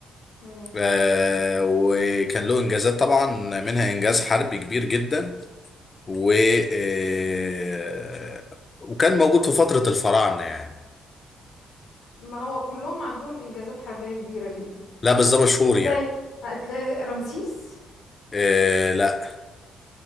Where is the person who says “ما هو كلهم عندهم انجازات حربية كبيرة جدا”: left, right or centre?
Left